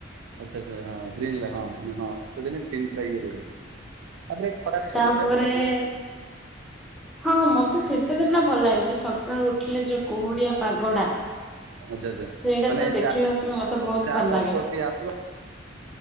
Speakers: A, on the right; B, in the centre.
A: ଆଚଛା ଆଛା ହଁ ଗ୍ରୀ ହଁ ହଁ ସେତିନ ଗ୍ରୀଇଏ ର <unintelligible> ଖରାପ ଏସ
B: ତାପରେ
A: ନଥାଇ ମାନେ
B: ହଁ ମତେ ଶୀତ ଦିନ ଭଲ ଲାଗେ ଯୋଉ ସକାଳୁ ଉଠିଲେ ଯୋଉ କୁହୁଡିଆ ପାଗଡା
A: ଆଚ୍ଛା ଆଚ୍ଛା
B: ସେଇଟା
A: ମାନେ
B: ତ
A: ଚା
B: ଦେଖିବା ପାଇଁ ମତେ ବହୁତ
A: ଚା
B: ଭଲ
A: କପ୍
B: ଲାଗେ
A: ଫପ୍ ପିଆ ହଉଥିବ